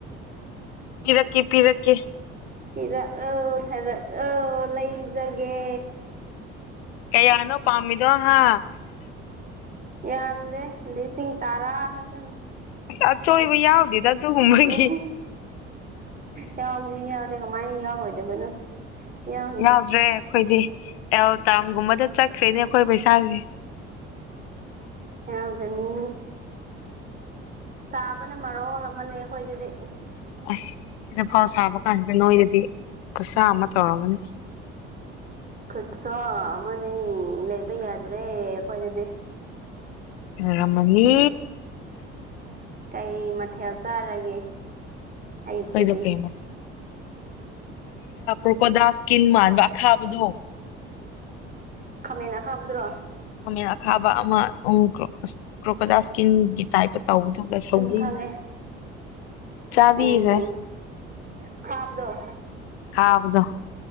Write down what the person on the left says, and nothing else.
ꯄꯤꯔꯛꯀꯦ ꯄꯤꯔꯛꯀꯦ
ꯌꯥꯅꯣ ꯄꯥꯝꯃꯤꯗꯣ ꯍꯥ
ꯑꯁ ꯑꯆꯣꯏꯕ ꯌꯥꯎꯗꯦꯗ ꯑꯗꯨꯒꯨꯝꯕꯒꯤ
ꯌꯥꯎꯗ꯭ꯔꯦ ꯑꯩꯈꯣꯏꯗꯤ ꯑꯦꯜꯇꯥꯝꯒꯨꯝꯕꯗ ꯆꯠꯈ꯭ꯔꯦꯅꯦ ꯑꯩꯈꯣꯏ ꯄꯩꯁꯥꯥꯁꯦ
ꯑꯁ ꯁꯤꯗ ꯐꯧ ꯁꯥꯕ ꯀꯥꯟꯁꯤꯗ ꯅꯣꯏꯗꯗꯤ ꯈꯨꯠꯁꯥ ꯑꯃ ꯇꯧꯔꯝꯒꯅꯤ <unintelligible>
ꯔꯃꯅꯤ
ꯀꯗ ꯀꯔ ꯀꯄꯗꯥ ꯇꯤꯟ ꯃꯥꯟꯕ ꯈꯥꯕꯗꯣ
ꯈꯃꯦꯟ ꯑ ꯈꯥꯕ ꯑꯃ ꯎ ꯀ꯭ꯔꯣꯀꯗꯥꯁꯀꯤ ꯒꯤ ꯇꯥꯏ ꯇꯧꯕꯗꯨꯒ ꯁꯧꯕꯤ
ꯆꯥꯕꯤꯈ꯭ꯔꯦ
ꯈꯥꯕꯗꯣ